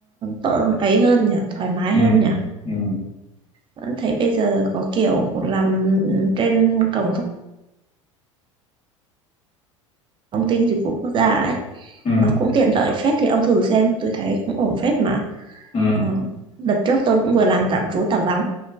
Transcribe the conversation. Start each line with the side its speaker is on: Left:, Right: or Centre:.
Right: tốt ấy hơn nhỉ thoải mái
Left: ừ
Right: hơn nhỉ
Left: ừ
Right: Vẫn thấy bây giờ có kiểu làm trên cổng thông tin dịch vụ quốc gia ấy
Left: ừ
Right: nó cũng tiện lợi phết thì ông thử xem tôi thấy cũng ổn phết mà
Left: ừ
Right: ờ, đợt trước tôi cũng vừa làm tạm trú tạm vắng